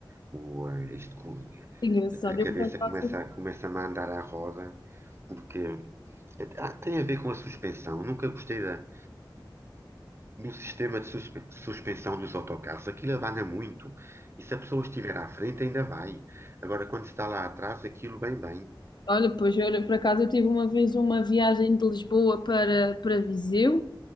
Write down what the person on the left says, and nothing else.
Engraçado.
Eu, por acaso,
olha, pois, olha, por acaso eu tive uma vez uma viagem de Lisboa para, para Viseu.